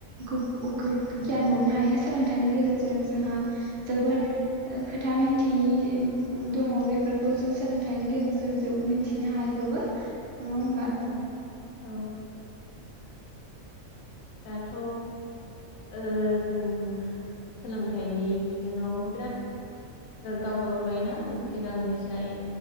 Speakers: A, on the right; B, on the left.
A: खौब गोब गियान मोननो हायो सोलोंथाइनि गेजेरजों जोंहा जोबोद खोथा मिथियै दङ बेफोरखौ जों सोलोंथाइनि गेजेरजों जोब मिन्थिनो हाजोबो। नङा होमबा
B: नोंगौ औ। दाथ' ओ जों सोलोंथाइनि बिथिङाव बिराद दावगाबोबाय ना? सिगांनिसाय